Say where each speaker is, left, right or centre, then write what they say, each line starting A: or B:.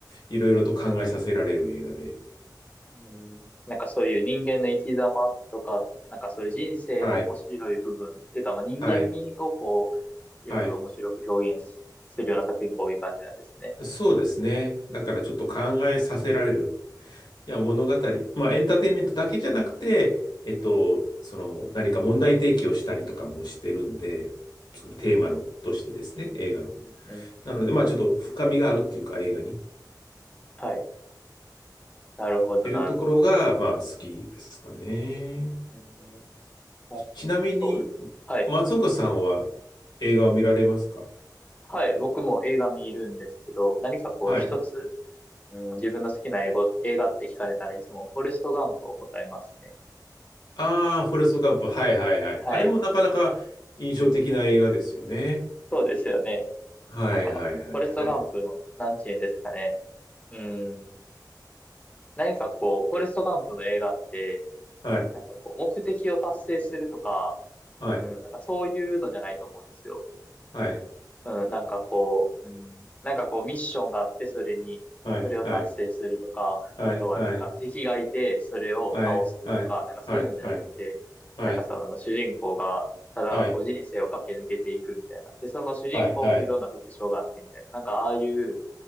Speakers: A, on the left (about 80°); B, on the left (about 20°).
A: いろいろと考えさせられる映画で、
B: うん、なんかそういう人間の生き様とか、なんかそういう人生の面白い部分っていうか、
A: はい。
B: まあ、人間味をこ
A: はい。
B: う、よく面白く表現しするような作品が多い感じなんですね。
A: はい。そうですね。だからちょっと考えさせられる。いや、物語。まあ、エンターテインメントだけじゃなくて、えっと、その、何か問題提起をしたりとかもしてるんで、そのテーマの、としてですね、映画の。
B: うんうん
A: なので、まあ、ちょっと深みがあるっていうか、映画に。っ
B: はい。なるほど、
A: ていうところが、
B: なるほど。
A: まあ、好きですかね。
B: うんあそうです。
A: ちなみに、
B: はい。
A: 松岡さんは映画を見られますか
B: はい。僕も映画見るんですけど、何かこう一つ、
A: はい。
B: うん、自分の好きな英語、映画って聞かれたらいつも、フォレストガンプを答えますね。
A: ああ、フォレストガンプ。はいはいはい。
B: はい。
A: あれもなかなか印象的な映画ですよね。
B: そうですよね。
A: はいはいはいはい
B: なんか、フォレストガンプの、なんて言うんですかね。うん。何かこう、フォレストガンプの映画って、
A: はい
B: なんかこう、目的を達成するとか、
A: はい
B: うん、なんかそういうのじゃないと思うんですよ。
A: はい
B: うん、なんかこう、うん、なんかこうミッションがあって、それに、
A: はいはい
B: それを達成するとか、あとはなんか敵がいて、
A: はいはい
B: それを倒すとか、
A: はいはいはいはい
B: なんかそういうのじゃなくて、
A: はい
B: なんかその主人公が、ただこう人生を駆け抜けていくみたいな。
A: はいはいはい
B: で、その主人公もいろんな特徴があってみたいな。
A: はい
B: なんかああいう、